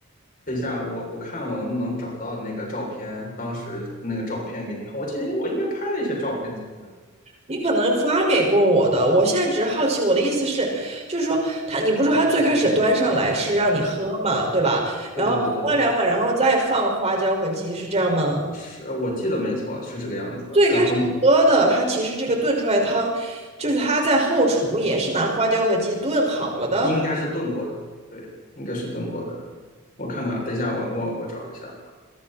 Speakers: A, on the left; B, on the right.
A: 等一下我我看我能不能找到那个照片，当时那个照片给你看。我记得我应该拍了一些照片才对。
B: 你可能发给过我的，我现在只是好奇。我的意思是，就是说他，你不是说他最开始端上来是让你喝嘛，对吧？
A: 对对对对对，
B: 然后喝两碗，然后再放花椒和鸡，是这样吗？
A: 是我记得没错，是这个样子的。
B: 最开始喝的，
A: 然后
B: 它其实这个炖出来的汤，就是它在后厨也是拿花椒和鸡炖好了的，
A: 应该是炖过的，对，应该是炖过的。我看看，等一下，我我我找一下，